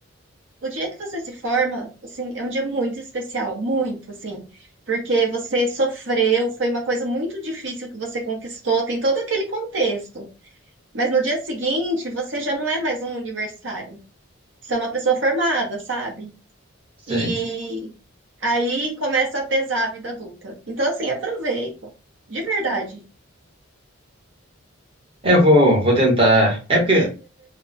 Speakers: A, on the right; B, on the right.
A: O dia que você se forma, assim, é um dia muito especial, muito, assim, porque você sofreu, foi uma coisa muito difícil que você conquistou, tem todo aquele contexto. Mas no dia seguinte, você já não é mais um universitário. Você é uma pessoa formada, sabe?
B: Sei.
A: E aí começa a pesar a vida adulta. Então, assim, aproveita, de verdade.
B: É, eu vou, vou tentar. É porque